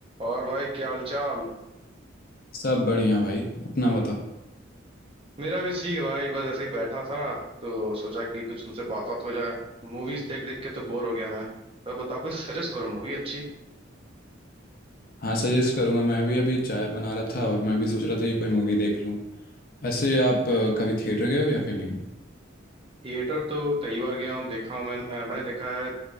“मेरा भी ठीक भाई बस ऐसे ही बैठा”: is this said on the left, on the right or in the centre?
Right